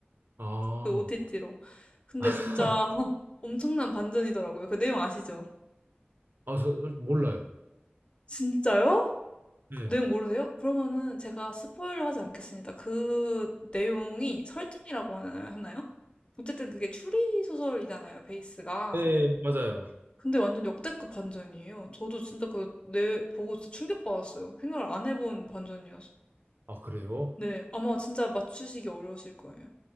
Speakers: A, on the right; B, on the left.
A: 아,
B: 그 OTT로. 근데 진짜
A: <laughs>
B: <laughs> 엄청난 반전이더라고요. 그 내용 아시죠?
A: 아, 저 몰라요.
B: 진짜요?
A: 네.
B: 내용 모르세요? 그러면은 제가 스포일러 하지 않겠습니다. 그 내용이 설정이라고 하나- 하나요? 어쨌든 그게 추리 소설이잖아요, 베이스가.
A: 네, 맞아요.
B: 근데 완전 역대급 반전이에요. 저도 진짜 그, 내, 보고 진짜 충격받았어요. 생각을 안 해본 반전이어서.
A: 아, 그래요?
B: 네, 아마 진짜 맞추시기 어려우실 거예요.